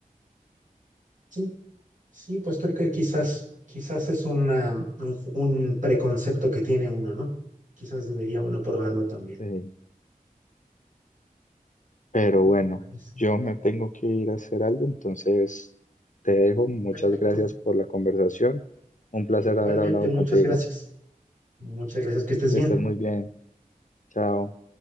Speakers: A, on the right; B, on the left.
A: Sí, sí, pues creo que quizás, quizás es una, un un preconcepto que tiene uno, ¿no? Quizás debería uno probarlo también.
B: Sí. Pero bueno,
A: Me Parece.
B: yo me tengo que ir a hacer algo, entonces te dejo. Muchas
A: Perfecto.
B: gracias por la conversación. Un placer
A: Igualmente,
B: haber hablado
A: muchas
B: contigo.
A: gracias. Muchas gracias, que estés
B: Que
A: bien.
B: estés muy bien. Chao.